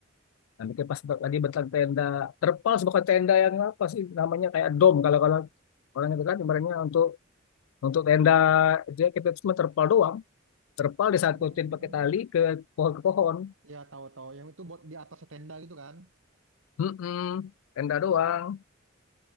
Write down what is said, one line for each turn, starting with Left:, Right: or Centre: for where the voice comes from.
Left: nah, bikin pas lagi bentang tenda terpal sebuah tenda yang apa sih namanya kayak dom kalau kalau orang itu kan ibaratnya untuk untuk tenda itu ya kita cuma terpal doang terpal disangkutin
Right: Oh
Left: pakai tali ke pohon ke pohon
Right: Ya tahu-tahu yang itu buat di atas tenda gitu kan.
Left: Mm-mm, tenda doang